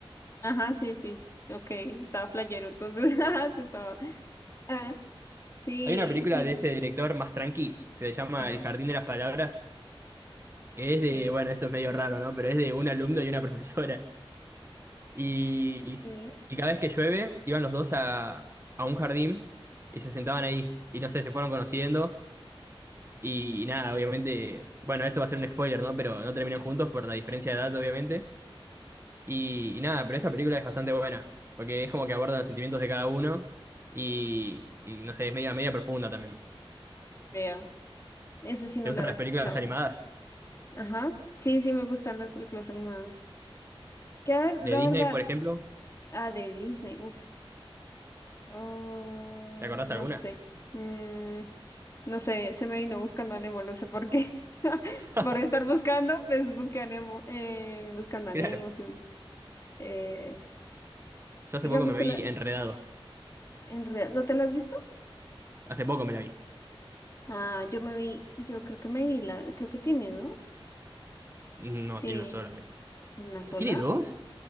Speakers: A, on the left (about 30°); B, on the right (about 25°).
A: Ajá, sí, sí. Ok, estaba flayero, entonces, <laughs> ajá, sí estaba. Ah, sí,
B: Hay una película
A: sí.
B: de ese director más tranqui, que se llama
A: Ajá.
B: El Jardín de las Palabras, que
A: Ok,
B: es de, bueno, esto es medio raro, ¿no? Pero es de un alumno y una <laughs> profesora. Y,
A: ok.
B: y cada vez que llueve, iban los dos a, a un jardín y se sentaban ahí. Y no sé, se fueron conociendo. Y, y nada, obviamente, bueno, esto va a ser un spoiler, ¿no? Pero no terminan juntos por la diferencia de edad, obviamente. Y, y nada, pero esa película es bastante buena, porque es como que aborda los sentimientos de cada uno y, y no sé, es media, media profunda también.
A: Vea, esa sí
B: ¿Te
A: no
B: gustan
A: la había
B: las
A: escuchado.
B: películas animadas?
A: Ajá. Sí, sí me gustan las películas animadas. Es que, a ver,
B: De
A: la
B: Disney,
A: verdad,
B: por ejemplo,
A: ah, de Disney, uf. ah,
B: ¿te acordás
A: no
B: alguna?
A: sé. Mm, no sé, se me vino buscando a Nemo, no sé por qué. <laughs>
B: <laughs>
A: Por estar buscando, pues busqué a Nemo. Eh, buscando a
B: Claro,
A: Nemo, sí. Eh,
B: yo
A: digamos
B: hace poco me
A: que
B: vi
A: la,
B: Enredados.
A: en realidad, ¿no te la has visto?
B: Hace poco me la vi.
A: Ah, yo me vi, yo creo que me vi la, creo que tiene dos.
B: No,
A: Sí,
B: tiene una sola. pero-
A: ¿tiene una sola?
B: ¿Tiene dos?